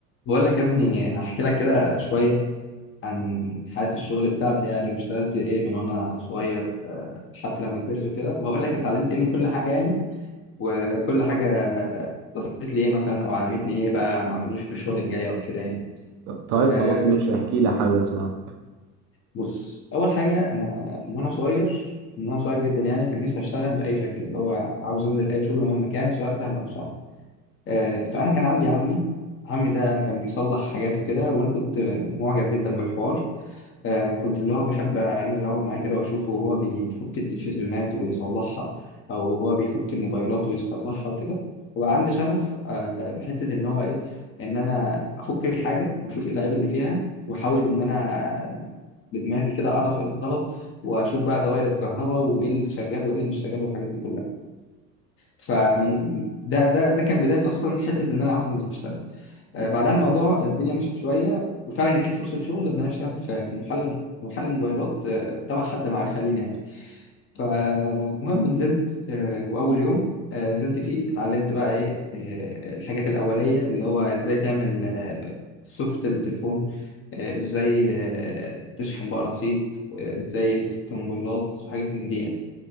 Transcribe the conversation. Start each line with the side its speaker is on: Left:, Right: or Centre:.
Left: بقول لك يا ابني هحكي لك كده شوية عن حياة الشغل بتاعتي يعني واشتغلت ايه من وانا صغير لحد لما كبرت وكده وهقول لك اتعلمت ايه من كل حاجة يعني وكل حاجة ضافت لي ايه مثلا او علمتني ايه بقى ما اعملوش في الشغل الجاي او كده يعني
Right: طيب
Left: آه
Right: خلاص ماشي احكي لي حابب اسمعها
Left: بص اول حاجة انا من وانا صغير من وانا صغير جدا يعني كان نفسي اشتغل بأي شكل اللي هو عاوز انزل اي شغل مهما كان سواء سهل او صعب آه فانا كان عندي عمي عمي ده كان بيصلح حاجات وكده وانا كنت معجب جدا بالحوار آه كنت اللي هو بحب انزل اقعد معاه كده واشوفه وهو بيفك التلفزيونات ويصلحها او هو بيفك الموبايلات ويصلحها وكده وبقى عندي شغف آه بحته ان هو ايه ان انا افك الحاجه واشوف ايه العيب اللي فيها واحاول ان انا بدماغي كده اعرف ايه الغلط واشوف بقى دوائر الكهرباء وايه اللي شغال وايه اللي مش شغال والحاجات دي كلها فمن ده ده ده كان بدايه اصلا حته ان انا عاوز انزل اشتغل آه، بعدها الموضوع الدنيا مشيت شويه وفعلا جت لي فرصه شغل ان انا اشتغل في في محل في محل موبايلات آه، تبع حد معرفه لينا يعني فمهم نزلت آه، واول يوم آه، نزلت فيه اتعلمت بقى ايه آه، الحاجات الاوليه اللي هو ازاي تعمل آه، سوفت التليفون آه، ازاي آه، تشحن بقى رصيد آه، ازاي تفك موبايلات وحاجات من دي يعني